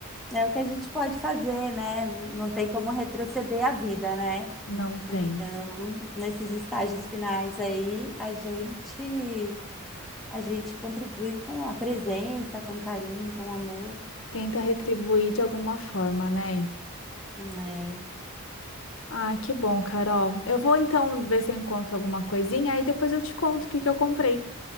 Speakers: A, in the centre; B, on the left.
A: É o que a gente pode fazer, né? Não tem como retroceder a vida, né?
B: Não tem.
A: Então, nesses estágios finais aí, a gente a gente contribui com a presença, com carinho, com amor,
B: Tenta retribuir de alguma forma, né?
A: né?
B: Ai, que bom, Carol. Eu vou então ver se eu encontro alguma coisinha, aí depois eu te conto o que que eu comprei,